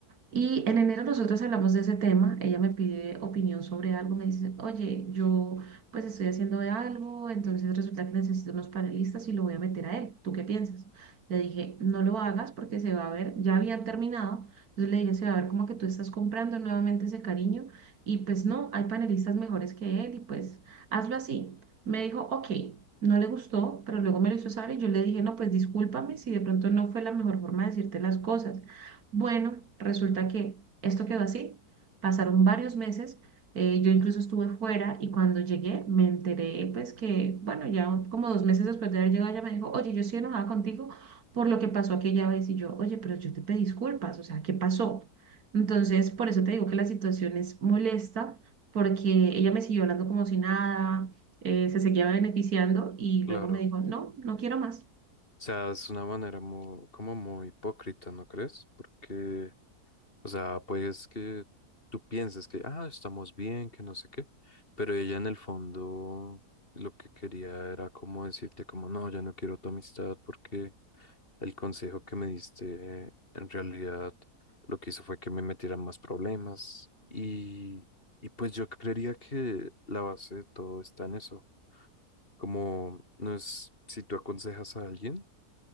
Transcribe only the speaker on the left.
Claro.
O sea, es una manera muy, como muy hipócrita, ¿no crees? Porque, o sea, pues que tú piensas que, ah, estamos bien, que no sé qué, pero ella en el fondo lo que quería era como decirte como, no, ya no quiero tu amistad porque el consejo que me diste eh, en realidad lo que hizo fue que me metieran más problemas y, y pues yo creería que la base de todo está en eso, como no es si tú aconsejas a alguien